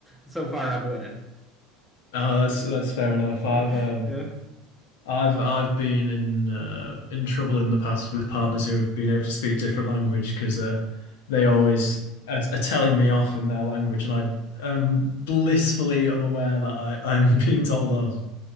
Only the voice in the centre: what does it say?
so far I'm winning.
<laughs>
Yeah.